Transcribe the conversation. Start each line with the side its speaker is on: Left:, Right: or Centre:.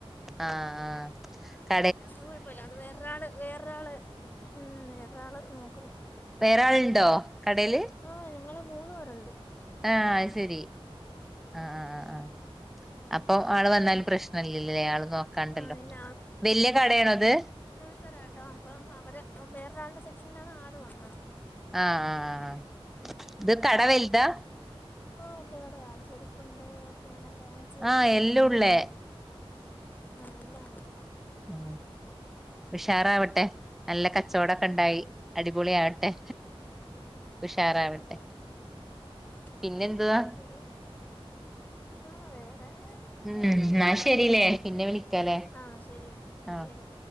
Centre: ആഹ് ആഹ് ക
Left: അത് കുഴപ്പമില്ല അത് വേറൊരാള് വേറൊരാള് ഉ വേറരാള് നോക്കുന്നു
Centre: വേറെ ആളുണ്ടോ കടയില്
Left: ആഹ് ഞങ്ങൾ മൂന്ന് പേരുണ്ട്
Centre: ആഹ് അയ്ശരി ആഹ് ആഹ് അപ്പൊ ആള് വന്നല് പ്രശ്നല്ലല്ലേ ആള് നോക്കാണ്ടല്ലോ
Left: ആഹ് ഇല്ല
Centre: വല്യ കടയാണ അത്
Left: ഇപ്പവരാ ട്ടോ അപ്പം അവര് വേറൊരാളന്റെ സെക്ഷനിലാണ് ആള് വന്നത്
Centre: ആഹ് ആഹ് ഇത് കട വൽതാ
Left: ആഹ് വല്യയ കടയാ ചെരിപ്പുണ്ട് പിന്നെ ഫാൻസി ആയിട്ടും
Centre: ആഹ്
Left: ഉണ്ട്
Centre: എല്ലാം ഉള്ളേ
Left: ആഹ് എല്ലാംണ്ട്
Centre: ഉ ഉഷാറാവട്ടെ നല്ല കച്ചവടൊക്കെ ഉണ്ടായി അടി പൊളിആവട്ടെ ഉഷാറാവട്ടെ
Left: ഉ
Centre: പിന്നെന്തുവാ
Left: ശരി ആഹ് വേറെ
Centre: ഉം
Left: പ്രതേകിച്ചൊന്നുമില്ല
Centre: എന്നാ ശരില്ലേ,
Left: അങ്ങനെയക്ക
Centre: പിന്നെ വിളിക്കാലേ
Left: ആഹ ശരിയാ
Centre: ആഹ്
Left: ശരി